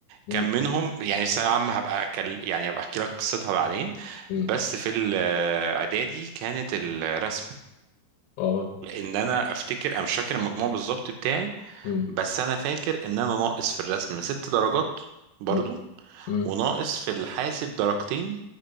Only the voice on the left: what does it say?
أمم،
أمم،
اه
أمم،
أمم، أمم،